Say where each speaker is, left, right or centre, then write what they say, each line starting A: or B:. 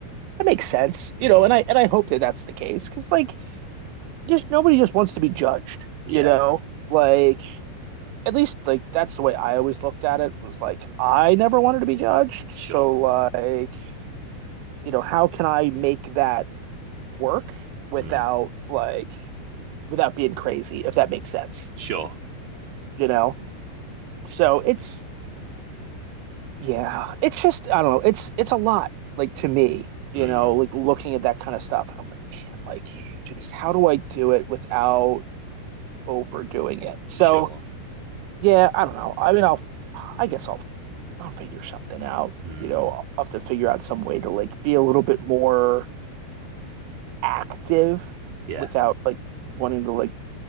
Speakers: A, on the right; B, on the right.
A: that makes sense. You
B: Hmm.
A: know, and I and I hope that that's the case because like just nobody just wants to be judged.
B: Yeah.
A: You know, like at least like that's the way I always looked at it was like I never wanted to be judged. So
B: Sure.
A: like you know, how can I make that work without
B: Hmm.
A: like without being crazy, if that makes sense,
B: Sure.
A: you know? So it's yeah, it's just I don't know, it's it's a lot like to me,
B: Hmm.
A: you know, like looking at that kind of stuff and I'm like, man, like just how do I do it without overdoing it? So
B: Sure.
A: yeah, I don't know. I mean, I'll I guess I'll I'll figure something out.
B: Hmm.
A: You know, I'll have to figure out some way to like be a little bit more active
B: Yeah.
A: without like wanting to like